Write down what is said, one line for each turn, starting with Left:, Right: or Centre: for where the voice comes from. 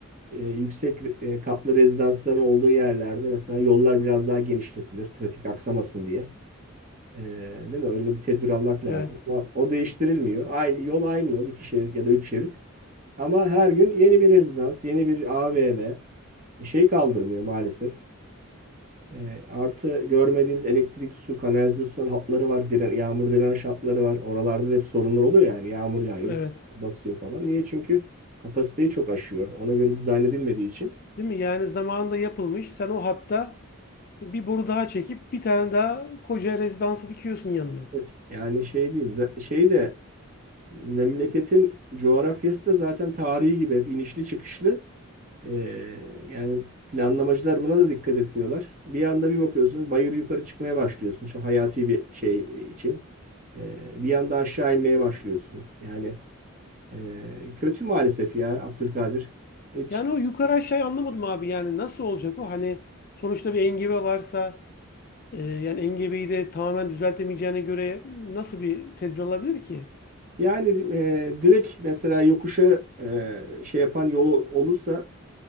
Right: e, yüksek e, katlı rezidansların olduğu yerlerde mesela yollar biraz daha genişletilir trafik aksamasın diye. Ee, değil mi? Öyle bir tedbir almak lazım.
Left: Evet,
Right: Ama o değiştirilmiyor. Aynı yol aynı yol iki şerit ya da üç şerit. Ama her gün yeni bir rezidans, yeni bir AVM şey kaldırmıyor maalesef. E, artı görmediğimiz elektrik, su, kanalizasyon hatları var. Diren, yağmur direnç hatları var. Oralarda da hep sorunlar oluyor yani. Yağmur yağıyor,
Left: evet.
Right: basıyor falan. Niye? Çünkü kapasiteyi çok aşıyor. Ona göre dizayn edilmediği için.
Left: Değil mi? Yani zamanında yapılmış. Sen o hatta bir boru daha çekip bir tane daha koca rezidansı dikiyorsun yanına.
Right: Evet. Yani şey değil. za- Şey de Memleketin coğrafyası da zaten tarihi gibi hep inişli çıkışlı. Ee, yani planlamacılar buna da dikkat etmiyorlar. Bir anda bir bakıyorsun bayır yukarı çıkmaya başlıyorsun şu hayati bir şey için. Ee, bir anda aşağı inmeye başlıyorsun. Yani e, kötü maalesef ya Abdülkadir. Hiç
Left: Yani o yukarı aşağı anlamadım abi. Yani nasıl olacak o? Hani sonuçta bir engebe varsa e, yani engebeyi de tamamen düzeltemeyeceğine göre nasıl bir tedbir alabilir ki?
Right: Yani e, direkt mesela yokuşa e, şey yapan yol olursa